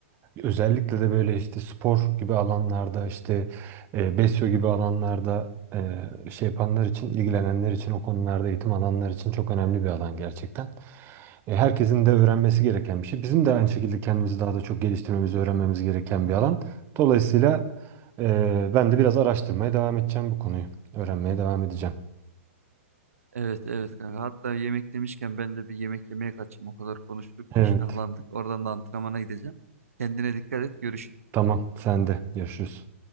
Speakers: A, on the right (about 30°); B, on the right (about 80°).
A: özellikle de böyle işte spor gibi alanlarda işte e, besyo gibi alanlarda e, şey yapanlar için ilgilenenler için o konularda eğitim alanlar için çok önemli bir alan gerçekten. E, herkesin de öğrenmesi gereken bir şey. Bizim de aynı şekilde kendimizi daha da çok geliştirmemizi öğrenmemiz gereken bir alan. Dolayısıyla e, ben de biraz araştırmaya devam edeceğim bu konuyu. Öğrenmeye devam edeceğim.
B: Evet evet kanka. Hatta yemek demişken ben de bir yemek yemeye kaçayım. O kadar konuştuk,
A: Evet.
B: iştahlandık. Oradan da antrenmana gideceğim. Kendine dikkat et. Görüşürüz.
A: Tamam, sen de. Görüşürüz.